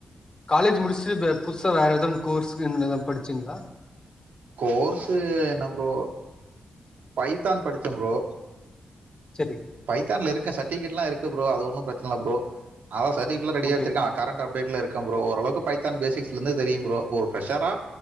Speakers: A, on the left; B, on the right.
A: காலேஜ் முடிச்சுட்டு புதுசா வேற எதன் கோர்ஸ் கின் எதா படிச்சீங்ளா
B: கோர்ஸு என்ன ப்ரோ பைத்தான் படிச்ச ப்ரோ
A: சரி
B: பைத்தான்லா இருக்க சர்டிபிகேட்லா இருக்கு ப்ரோ அது ஒன்னு ப்ரச்சன இல்ல ப்ரோ அவ சர்டிபிகேட்லா ரெடியா
A: ஓகே
B: வெச்சிறுகா
A: ஓகே
B: கரண்ட்‌ அப்டேட் ல இருக் கம் ப்ரோ ஓரளவுக்கு பைத்தான் பேசிக்ஸ்ல இருந்து தெரியு ப்ரோ ஒரு ப்ரெஷ்ரா